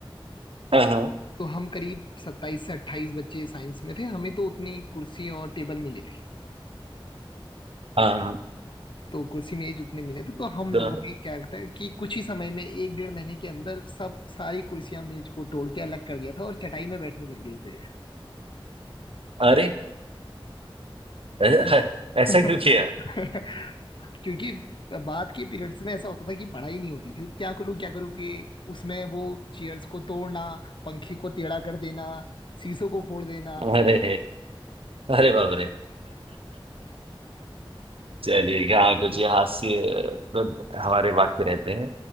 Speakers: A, on the right; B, on the left.
A: हाँ हाँ
B: तो हम करीब सत्ताईस से अट्ठाईस बच्चे साइंस में थे हमें तो उतनी कुर्सी और टेबल मिले थे
A: हाँ हाँ।
B: तो कुर्सी मेज उतने मिले थे तो हम
A: तो-
B: लोगों ने क्या कहता है कि कुछ ही समय में एक डेढ़ महीने के अंदर सब सारी कुर्सियां मेज को तोड़ के अलग कर दिया था और चटाई में बैठने लग गए थे
A: अरे ऐ-
B: और <laughs>
A: ऐ- ऐसा क्यों किया
B: क्योंकि बाद के पीरियड्स में ऐसा होता था कि पढ़ाई नहीं होती थी क्या करूँ क्या करूँ कि उसमें वो चेयर्स को तोड़ना पंखे को टेढ़ा कर देना शीशों को फोड़ देना
A: अरे अरे बाप रे चलिए यहाँ कुछ ये हास्य तो हमारे वाक्य रहते हैं